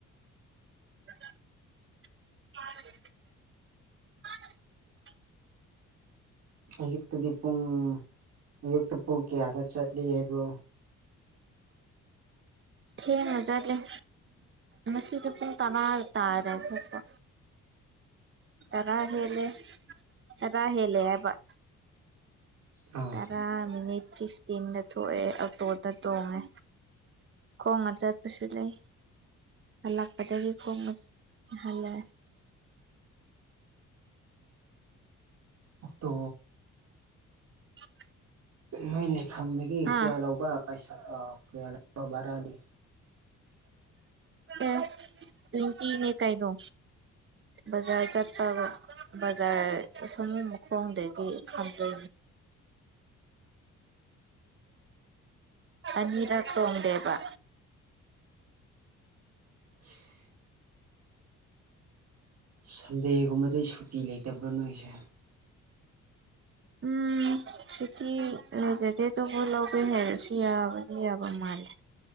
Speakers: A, on the right; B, on the right.
A: <unintelligible>
B: ꯑꯌꯨꯛꯇꯗꯤ ꯄꯨꯡ ꯑꯌꯨꯛꯇ ꯄꯨꯡ ꯀꯌꯥꯗ ꯆꯠꯂꯤ ꯍꯥꯏꯕꯣ
A: ꯊꯦꯡꯅ ꯆꯠꯂꯦꯝ ꯃꯁꯤꯗꯤ ꯄꯨꯡ ꯇꯅꯥ ꯇꯥꯔꯦ ꯈꯣꯠꯄ ꯇꯔꯥ ꯍꯦꯜꯂꯦ ꯇꯔꯥ ꯍꯦꯜꯂꯦ ꯍꯥꯏꯕ
B: ꯑꯥ
A: ꯇꯔꯥ ꯃꯤꯅꯤꯠ ꯐꯤꯐꯇꯤꯟꯗ ꯊꯣꯛꯑꯦ ꯑꯣꯛꯇꯣꯗ ꯇꯣꯡꯉꯦ ꯈꯣꯡꯅ ꯆꯠꯄꯁꯨ ꯂꯩ ꯍꯜꯂꯛꯄꯗꯒꯤ ꯈꯣꯡꯒ ꯍꯜꯂꯦ
B: ꯑꯣꯛꯇꯣ
A: <inaudible>
B: ꯃꯣꯏ ꯂꯩꯐꯝꯗꯒꯤ
A: ꯍꯥ
B: ꯀꯌꯥ ꯂꯧꯕ ꯄꯩꯁꯥ ꯀꯌꯥ ꯂꯧꯕ ꯕꯔꯥꯗꯤ
A: ꯑꯦ ꯇ꯭ꯋꯦꯟꯇꯤꯅꯦ ꯀꯥꯏꯩꯅꯣ ꯕꯖꯥꯔ ꯆꯠꯄꯒ ꯕꯖꯥ ꯁꯨ ꯃ ꯈꯣꯡ ꯍꯗꯗꯤ ꯈꯪꯖ ꯑꯅꯤꯔꯛ ꯇꯣꯡꯗꯦꯕ
B: <inaudible> ꯁꯟꯗꯦꯒꯨꯝꯕꯗꯩ ꯁꯨꯇꯤ ꯂꯩꯇꯕ꯭ꯔꯣ ꯅꯣꯏꯁꯦ
A: ꯎꯝ ꯁꯨꯇꯤ ꯂꯩꯣꯏꯖꯗꯦ ꯑꯗꯨꯕꯨ ꯂꯧꯒꯦ ꯍꯥꯏꯔꯁꯨ ꯌꯥꯕꯗꯤ ꯌꯥꯕ ꯃꯥꯜꯂꯦ